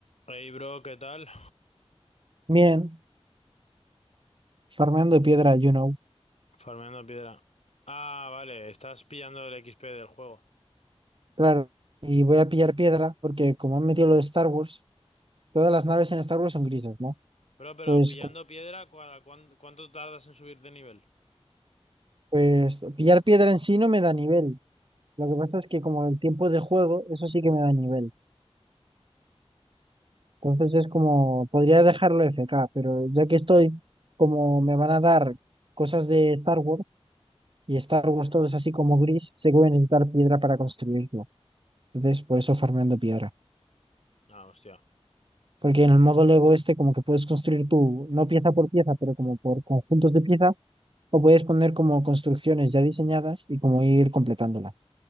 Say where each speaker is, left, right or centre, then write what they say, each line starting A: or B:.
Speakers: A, on the left; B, on the right.
A: Hey bro, ¿qué tal?
B: Bien, farmeando piedra, you know.
A: Farmeando piedra. Ah, vale, estás pillando el XP del juego.
B: Claro. Y voy a pillar piedra porque como han metido lo de Star Wars, todas las naves en Star Wars son grises, ¿no?
A: Bro, pero
B: Pues,
A: pillando
B: co-
A: piedra, ¿cuá- cuán- ¿cuánto tardas en subir de nivel?
B: pues pillar piedra en sí no me da nivel. Lo que pasa es que como el tiempo de juego, eso sí que me da nivel. Entonces es como, podría dejarlo FK, pero ya que estoy, como me van a dar cosas de Star Wars y Star Wars todo es así como gris, sé que voy a necesitar piedra para construirlo. Entonces, por eso farmeando piedra.
A: Ah, hostia.
B: Porque en el modo Lego este como que puedes construir tú, no pieza por pieza, pero como por conjuntos de piezas, o puedes poner como construcciones ya diseñadas y como ir completándolas.